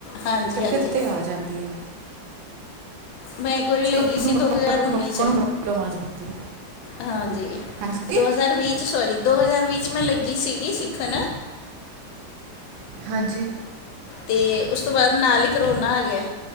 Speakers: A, on the left; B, on the right.
A: ਹਾਂਜੀ
B: ਤੇ
A: ਹਾਂਜੀ
B: ਫਿਰ ਤੇ ਆ ਜਾਂਦੀ ਏ।
A: ਮੈ ਇੱਕ ਵਾਰੀ
B: ਕੁਝ
A: ਲੱਗੀ
B: ਲੋਕ
A: ਸੀ
B: ਨੂੰ ਬਹੁਤ
A: ਦੋ ਹਜ਼ਾਰ ਉੱਨੀ
B: ਲੋਕਾਂ
A: ਚ।
B: ਨੂੰ ਪ੍ਰੋਬਲਮ ਆ ਜਾਂਦੀ ਹੈ
A: ਹਾਂਜੀ,
B: ਹਾਂਜੀ
A: ਦੋ ਹਜ਼ਾਰ ਵੀਹ ਸੋਰੀ ਦੋ ਹਜ਼ਾਰ ਵੀਹ ਚ ਮੈਂ ਲੱਗੀ ਸੀਗੀ ਸਿੱਖਣ।
B: ਹਾਂਜੀ।
A: ਤੇ ਉਸ ਤੋਂ ਬਾਅ ਨਾਲ ਈ ਕਰੋਨਾ ਆ ਗਿਆ